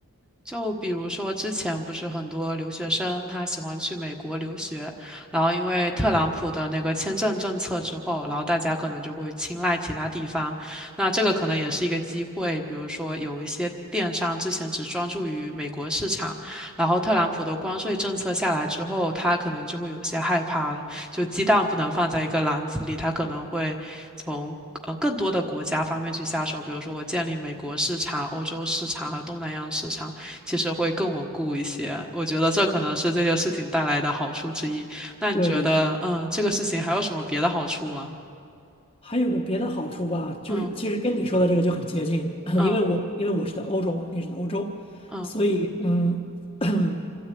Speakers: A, in the centre; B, on the left (about 25°).
A: 就比如说，之前不是很多留学生他喜欢去美国留学，然后因为特朗普的那个签证政策之后，然后大家可能就会青睐其他地方。那这个可能也是一个机会，比如说有一些电商之前只专注于美国市场，然后特朗普的关税政策下来之后，他可能就会有些害怕了，就鸡蛋不能放在一个篮子里，他可能会从。呃，更多的国家方面去下手，比如说我建立美国市场、欧洲市场和东南亚市场，其实会更稳固一些。我觉得这可能是这件事情带来的好处之一。那你觉得，
B: 对，
A: 嗯，这个事情还有什么别的好处吗？
B: 还有个别的好处吧，就是其实跟你说的这个就很接近，
A: 嗯
B: <laughs> <clears throat>
A: 嗯
B: 因为我因为我是在欧洲嘛，你也是在欧洲，
A: 嗯
B: 所以嗯。<clears throat>